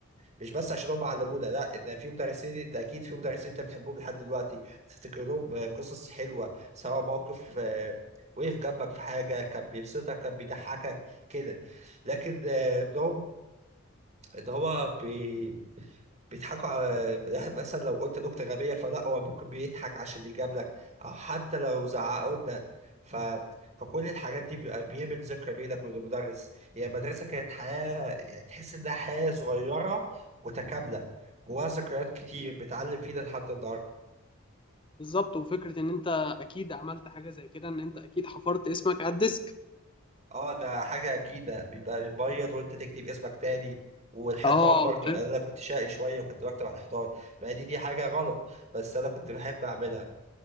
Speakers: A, on the right (about 30°); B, on the left (about 25°).
A: مش بس عشان هم علمونا لا ده في مدرسين انت اكيد في مدرسين انت بتحبهم لحد دلوقتي تفتكر لهم قصص حلوة سواء موقف آه، وقف جنبك في حاجة كان بيبسطك كان بيضحكك كده لكن آه، ده ان هو بي... بيضحكوا على مثلا لو قلت نكتة غبية فلا هو ممكن بيضحك عشان يجاب لك او حتى لو زعقوا لنا ف... فكل الحاجات دي بيبقى بيعمل ذكرى بينك وبين المدرس يعني المدرسة كانت حياة يعني تحس انها حياة صغيرة متكاملة جواها ذكريات كتير بتعلم فينا لحد النهاردة
B: بالظبط وفكرة ان انت اكيد عملت حاجة زي كده ان انت اكيد حفرت اسمك على الديسك
A: اه ده حاجة أكيد ده بيبقى بيبيض وأنت تكتب اسمك تاني والحيطان
B: اه
A: برضه
B: فاهم
A: يعني أنا كنت شقي شوية وكنت بكتب على الحيطان مع إن دي حاجة غلط بس أنا كنت بحب أعملها